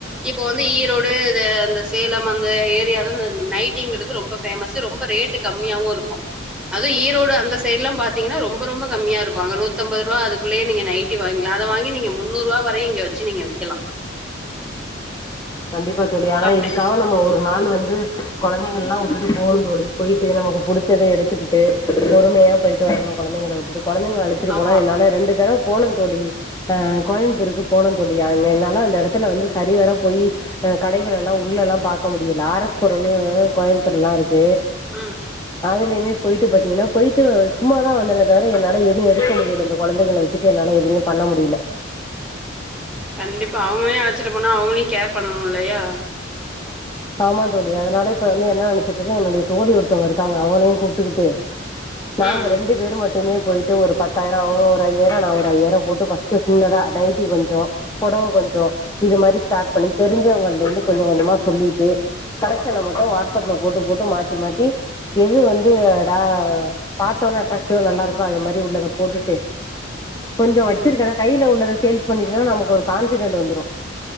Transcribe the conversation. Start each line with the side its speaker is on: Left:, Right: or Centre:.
Centre: இப் போ வந்து ஈரோடு இது அந்த சேலம் அந்த ஏரியால நைட்டிங்கிறது ரொம்ப ஃபேமஸ் ரொம்ப ரேட்டு கம்மியாவோ இருக்கோ அது ஈரோடு அந்த சைட்லா பாத்தீங்கன்னா ரொம்ப ரொம்ப கம்மியா இருக்கு அங்க நூத் தம்பது ருபா அதுக்குள்ளயே நீங்க நைட்டி வாங்கில்லா அத வாங்கி நீங்க முன்னூறு ருவா வரையு இங்க வெச்சு நீங்க விக்கலா
Left: கண்டிப்பா தோழி ஆனா
Centre: அப்படி
Left: இதுக்காக நம்ம ஒரு நாள் வந்து கொழந்தைங்கள்லா விட்டுட்டு போணோ தோழி போய்டு நமக்கு புடிச்சத எடுத்துக்கிட்டு பொறுமையா போய்டு வர்ணு கொழந்தைங்கள வுட்டுட்டு கொழந்தைங்க அழை சுட்டு
Centre: ஆமா.
Left: போனா என்னால ரெண்டு தடவ போன தோழி ஆ கோயம்த்தூருக்கு போன தோழி ஆ என்னால அந்த எடத் துல வந்து சரி வர போய் கடைகள எல்லா உள்ளெல்லா பாக்க மு யல ஆர் எஸ் புரோன்னு கோயம்த்தூர்லலா இருக்கு
Centre: ம்
Left: அதுலயுமே போயிட்டு பாத்தீங்கன்னா போயிட்டு சும்மாதா வந்தனே தவிர என்னால எதுவு எடுக்க முடியல தோ கொழந்தைகள வெச்சுட்டு என்னால எதுமே பண்ண முடியில
Centre: கண்டிப்பா அவங்களையு அழச்சிட்டு போனா அவங்களையு கேர் பண்ணனு இல்லயா
Left: ஆமா தோழி அதனால இப்ப வந்து என்ன நெனச்சிட்டு இருக்கே என்னுடைய தோழி ஒருத்தவங்க இருக்காங்க அவங்களையு கூப்டுக்கிட்டு நாங்க
Centre: ம்.
Left: ரெண்டு பேரு மட்டுமே போயி ட்டு ஒரு பத்தாயிர அவங்க ஒரு ஐயாயிர நா ஒரு ஐயாயிர போட்டு ஃபர்ஸ்ட்டு சின்னதா நைட்டி கொஞ்சோ புடவ கொஞ்சோ இந்த மாரி ஸ்டார்ட் பண்ணி தெரிஞ்சவங்கள்ட்ட இருந்து கொஞ்ச கொஞ்சமா சொல்லி ட்டு கலெக்ஷன மட்டு வாட்ஸ்அப்ல போட்டு போட்டு மாத்தி மாத்தி எது வந்து டா பாத்தஉனே அட்ராக்டிவா நல்லா இருக்கோ அது மாரி உள்ளத போட்டுட்டு கொஞ்ச வச்சிருக்க
Centre: ம்.
Left: ஆனா கையில உள்ளத சேல்ஸ் பண்ணிட்டுன்னா நமக்கு ஒரு கான்ஃபிடன்ட் வந்துடு